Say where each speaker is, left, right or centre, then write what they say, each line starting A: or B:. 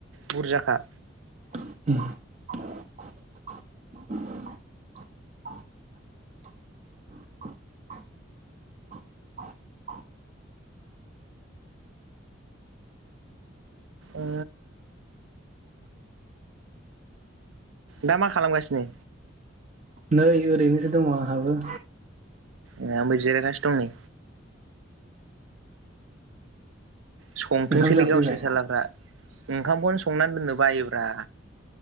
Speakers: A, on the right; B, on the right.
A: बुरजाखा।
B: <inaudible> <inaudible> <inaudible>
A: ए दा मा खालामगासिनो।
B: नै ओरैनोसो दङ आंहाबो।
A: ए आंबो जिरायनानैसो दं नै। संथोंसैलै
B: ओंखाम जाफैबाय
A: गावसोर सालाफ्रा ओंखामखौनो संनानै दोननो बायोब्रा